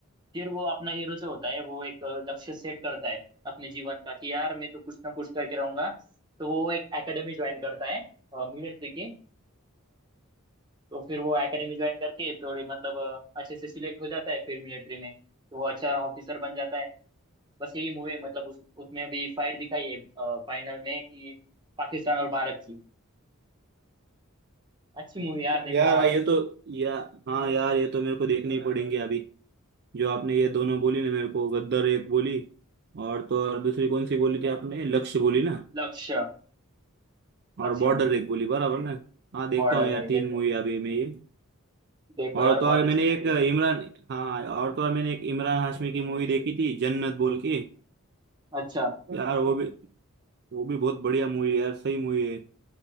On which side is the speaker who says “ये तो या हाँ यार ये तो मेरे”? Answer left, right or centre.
Right